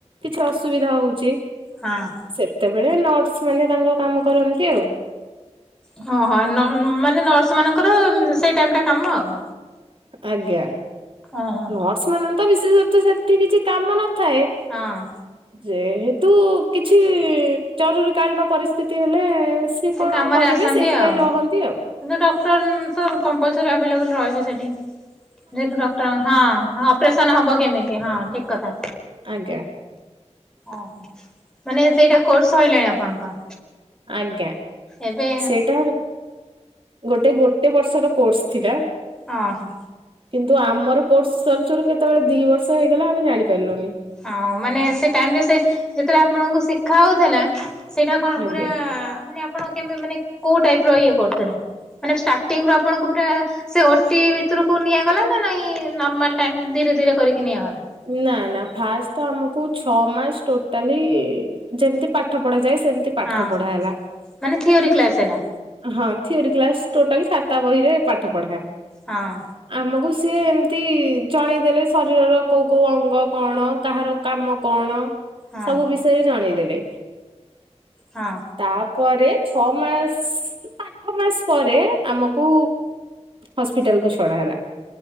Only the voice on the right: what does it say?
କିଛି ଅସୁବିଧା ହଉଚି
ସେତେବେଳେ ନର୍ସ ମାନେ ତାଙ୍କ କାମ କରନ୍ତି ଆଉ!
ଆଜ୍ଞା
ନର୍ସ ମାନ ତ ବିଶେଷ ସେଠି କିଛି କାମ ନଥାଏ।
ଯେହେତୁ କିଛି ଜରୁରୀ କାଳୀନ ପରିସ୍ଥିତି ହେଲେ। ସେ କଣ
କରିବେ
ସେଇଥିପାଇଁ
ରହନ୍ତି ଆଉ।
ଆଜ୍ଞା
ଆଜ୍ଞା
ସେଇଟା ଗୋଟେ ଗୋଟେ ବର୍ଷର କୋର୍ସ ଥିଲା।
କିନ୍ତୁ ଆମର କୋର୍ସ ସରୁ ସରୁ କେତେବେଳେ ଦି ବର୍ଷ ହେଇଗଲା ଆମେ ଜାଣିପାରିଲୁନି।
ଆଜ୍ଞା
ନା ନା ଫାଷ୍ଟ ତ ଆମକୁ ଛଅ ମାସ ଟୋଟାଲି ଯେମିତି ପାଠ ପଢା ଯାଏ ସେମିତି ପାଠ
ପଢା ହେଲା।
ହଁ ଥିଓରି କ୍ଲାସ୍ ଟୋଟାଲି ଖାତା ବହିରେ ପାଠ ପଢ଼ା।
ଆମକୁ ସିଏ ଏମତି ଜଣେଇ ଦେଲେ ଶରୀରର କୋଉ କୋଉ ଅଙ୍ଗ କଣ କାହାର କାମ କଣ
ସବୁ ବିଷୟରେ ଜଣେଇଦେଲେ।
ତାପରେ ଛଅ ମାସ ଆଠ ମାସ ପରେ ଆମକୁ ହସ୍ପିଟାଲ କୁ ଛଡା ହେଲା।